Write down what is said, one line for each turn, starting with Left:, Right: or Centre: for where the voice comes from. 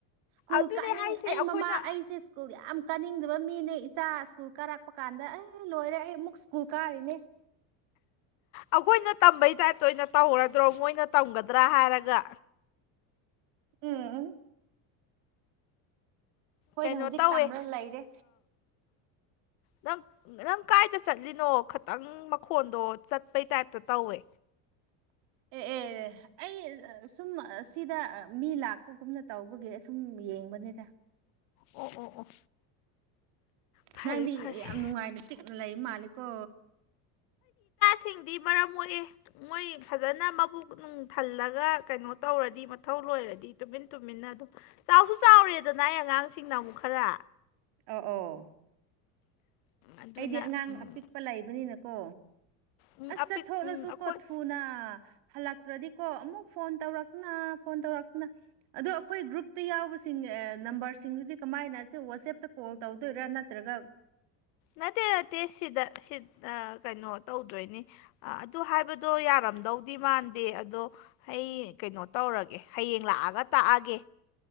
Right: ꯁ꯭ꯀꯨꯜ
Left: ꯑꯗꯨꯅꯦ
Right: ꯀꯥꯅꯤꯡ
Left: ꯍꯥꯏꯁꯦ
Right: ꯑꯩ
Left: ꯑꯩꯈꯣꯏꯅ
Right: ꯃꯃꯥ ꯑꯩꯁꯦ ꯁ꯭ꯀꯨꯜ ꯌꯥꯝ ꯀꯥꯅꯤꯡꯗꯕ ꯃꯤꯅꯦ ꯏꯆꯥ ꯁ꯭ꯀꯨꯜ ꯀꯥꯔꯛꯄ ꯀꯥꯟꯗ ꯑꯩ ꯂꯣꯏꯔꯦ ꯑꯩ ꯑꯃꯨꯛ ꯁ꯭ꯀꯨꯜ ꯀꯥꯔꯤꯅꯦ
Left: ꯑꯩꯈꯣꯏꯅ ꯇꯝꯕꯩ ꯇꯥꯏꯞꯇ ꯑꯣꯏꯅ ꯇꯧꯍꯔꯗ꯭ꯔꯣ ꯃꯣꯏꯅ ꯇꯝꯒꯗ꯭ꯔꯥ ꯍꯥꯏꯔꯒ
Right: ꯎꯝ ꯎ ꯑꯩꯈꯣꯏꯅ
Left: ꯀꯩꯅꯣ
Right: ꯍꯧꯖꯤꯛ
Left: ꯇꯧꯋꯦ
Right: ꯇꯝꯂꯒ ꯂꯩꯔꯦ
Left: ꯅꯪ ꯅꯪ ꯀꯥꯏꯗ ꯆꯠꯂꯤꯅꯣ ꯈꯤꯇꯪ ꯃꯈꯣꯟꯗꯣ ꯆꯠꯄꯩ ꯇꯥꯏꯞꯇ ꯇꯧꯋꯦ
Right: <unintelligible> ꯑꯦ ꯑꯦ ꯑꯩ ꯁꯨꯝ ꯁꯤꯗ ꯃꯤ ꯂꯥꯛꯄꯒꯨꯝꯅ ꯇꯧꯕꯒꯤ ꯑ ꯁꯨꯝ ꯌꯦꯡꯕꯅꯤꯗ
Left: ꯑꯣ ꯑꯣ ꯑꯣ ꯐꯔꯦ
Right: ꯅꯪꯗꯤ
Left: ꯐꯔꯦ
Right: ꯌꯥꯝ ꯅꯨꯡꯉꯥꯏꯅ ꯆꯤꯛꯅ ꯂꯩ ꯃꯥꯂꯦꯀꯣ
Left: ꯁꯤꯡꯗꯤ ꯃꯔꯝ ꯑꯣꯏꯑꯦ ꯃꯣꯏ ꯐꯖꯅ ꯃꯕꯨꯛ ꯅꯨꯡ ꯊꯜꯂꯒ ꯀꯩꯅꯣ ꯇꯧꯔꯗꯤ ꯃꯊꯧ ꯂꯣꯏꯔꯗꯤ ꯇ ꯇꯟꯅ ꯑꯗꯨꯝ ꯆꯥꯎꯁꯨ ꯆꯥꯎꯔ ꯑꯅꯥꯏ ꯑꯉꯥꯡꯁꯤꯡꯅ ꯑꯃꯨꯛ ꯈꯔ
Right: ꯑꯣ ꯑꯣ
Left: ꯑꯗꯨꯅ
Right: ꯑꯩꯗꯤ ꯑꯉꯥꯡ
Left: ꯎꯝ
Right: ꯑꯄꯤꯛꯄ ꯂꯩꯕꯅꯤꯅꯀꯣ
Left: ꯎꯝ
Right: ꯑꯁ
Left: ꯑꯄꯤꯛ
Right: ꯆꯠꯊꯣꯛꯂꯁꯨ
Left: ꯎꯝ ꯑꯩꯈꯣꯏ
Right: ꯀꯣ ꯊꯨꯅ ꯍꯜꯂ ꯇ꯭ꯔꯗꯤꯀꯣ ꯑꯃꯨꯛ ꯐꯣꯟ ꯇꯧꯔꯛꯇꯅ ꯐꯣꯟ ꯇꯧꯔꯛꯇꯅ ꯑꯗꯣ ꯑꯩꯈꯣꯏ ꯒ꯭ꯔꯨꯞꯇ ꯌꯥꯎꯕꯁꯤꯡꯅꯦ ꯅꯝꯕꯔꯁꯤꯡꯗꯨꯗꯤ ꯀꯃꯥꯏꯅ ꯑꯁꯦ ꯋꯥꯆꯦꯞꯇ ꯀꯣꯜ ꯇꯧꯗꯣꯏꯔꯥ ꯅꯠꯇ꯭ꯔꯒ
Left: ꯅꯠꯇꯦ ꯅꯠꯇꯦ ꯁꯤꯗ ꯀꯩꯅꯣ ꯇꯧꯗꯣꯏꯅꯤ ꯑꯗꯨ ꯍꯥꯏꯕꯗꯣ ꯌꯥꯔ ꯇꯔꯝꯗꯧꯗꯤ ꯃꯥꯟꯗꯦ ꯑꯗꯣ ꯑꯩ ꯀꯩꯅꯣ ꯇꯧꯔꯒꯦ ꯍꯌꯦꯡ ꯂꯥꯛꯑꯒ ꯇꯥꯛꯑꯒꯦ